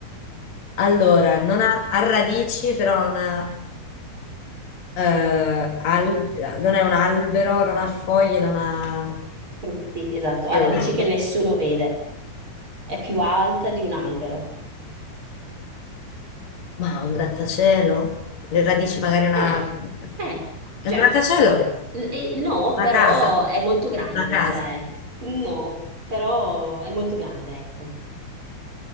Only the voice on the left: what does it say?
Allora, non ha, ha radici, però non ha, eh, al- non è un albero, non ha foglie, non ha
fiori.
Ma un grattacielo? Le radici magari una...
È
un grattacielo?
Una
casa?
Una casa?